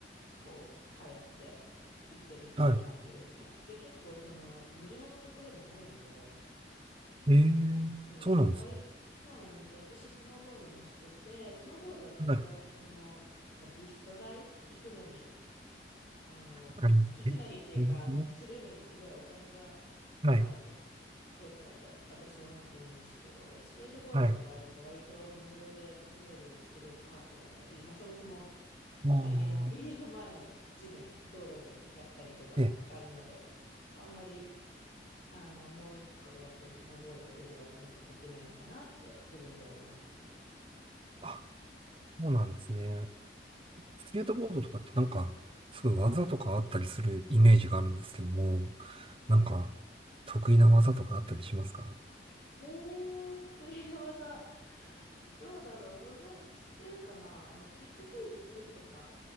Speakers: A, on the left (about 55°); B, on the right (about 30°).
A: こう、通って行ってるっていう感じですね。
B: はい。
A: で、結構その無料のところも多いので、
B: ええ。
A: そう、
B: そうなんですね。
A: 割、そうなんですよ。私、スノーボードもしてて、スノーボードだと意外とその、
B: はい。わ
A: まあ、リフト代、行くのに、あの、
B: かりますねわかりますね
A: 行くのにっていうか、あの、するのにすごいお金がかかるスポーツだと私は思ってるんですけど、
B: はい。
A: スケートボードの場合だと割と無料で滑れるスケボーパークだったり、
B: はい。
A: まあそもそも、
B: あ
A: まあ家の、<laughs> 家の前の地面、
B: あ。
A: 道路でやったりとかがあるので、
B: ええ
A: あんまりあの、もう一個でやってるスノーボードよりはお金かかってないのかなって自分で思いますね。
B: あ、そうなんですね。スケートボードとかってなんか、すごい技とかあったりするイメージがあるんですけども、なんか、得意な技とかあったりしますか
A: えー、得意な技。どうだろう、ご存、知ってるかなあの、キックフリップとか、